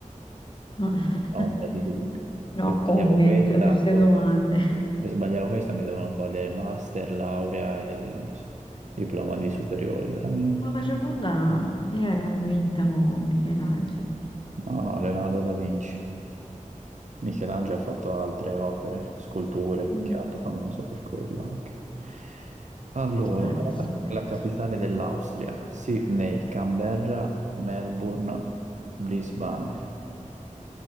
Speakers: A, on the left (about 40°); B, on the right (about 60°).
A: no, <laughs>
B: ombra di dubbio.
A: no
B: Se sbagliavo
A: comment
B: questa,
A: a queste domande.
B: se sbagliavo questa mi devono togliere master, laurea e il s- diploma di superiori, veramente.
A: Ma la Gioconda, io ero convinta con Michelangelo.
B: No, no, Leonardo da Vinci. Michelangelo ha fatto altre opere, sculture, più
A: Mm.
B: che altro, famoso per quello anche. Allora,
A: Se mi è rimasto
B: qual è la
A: in mente.
B: la capitale dell'Austria? Sydney, Canberra, Melbourne, Brisbane.